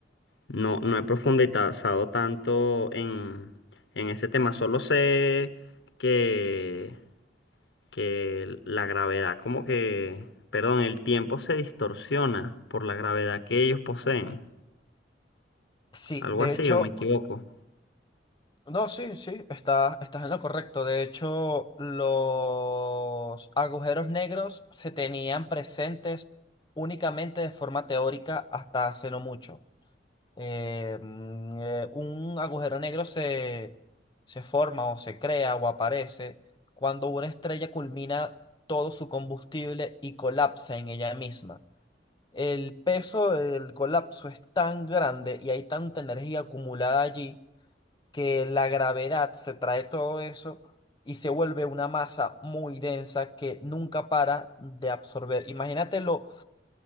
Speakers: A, on the left; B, on the left.
A: no, no he profundizado tanto en, en ese tema, solo sé que, que la gravedad, como que, perdón, el tiempo se distorsiona por la gravedad que ellos poseen,
B: Sí,
A: algo
B: de
A: así,
B: hecho,
A: o me equivoco.
B: no, sí, sí, estás, estás en lo correcto. De hecho, los agujeros negros se tenían presentes únicamente de forma teórica hasta hace no mucho. eh, mm, eh, un agujero negro se, se forma o se crea o aparece cuando una estrella culmina todo su combustible y colapsa en ella misma. El peso del colapso es tan grande y hay tanta energía acumulada allí que la gravedad se trae todo eso y se vuelve una masa muy densa que nunca para de absorber. Imagínate lo,